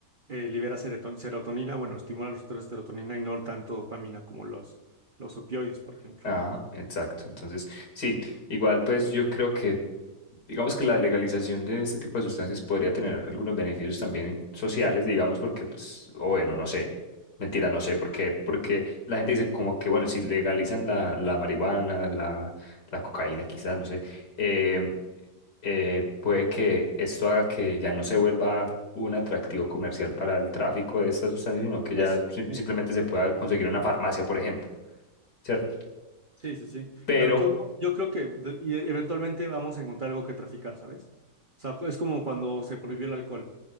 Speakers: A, on the right; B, on the left.
A: eh, libera seroton- serotonina, bueno, estimula los receptores de serotonina y no tanto dopamina como los, los opioides, por ejemplo.
B: Ajá, exacto. Entonces, sí, igual pues yo creo que, digamos que la legalización de este tipo de sustancias podría tener algunos beneficios también sociales,
A: Sí,
B: digamos, porque pues, o bueno, no sé, mentira, no sé, porque, porque la gente dice como que, bueno, si legalizan la, la marihuana, la, la cocaína quizás, no sé, eh, eh, puede que esto haga que ya no se vuelva un atractivo comercial para el tráfico de estas sustancias, sino que ya
A: eso,
B: sim-
A: sí,
B: simplemente se pueda conseguir en una farmacia, por ejemplo. ¿cierto?
A: sí, sí, sí.
B: Pero
A: Pero todo, yo creo que de- y eventualmente vamos a encontrar algo que traficar, ¿sabes? O sea, es como cuando se prohibió el alcohol,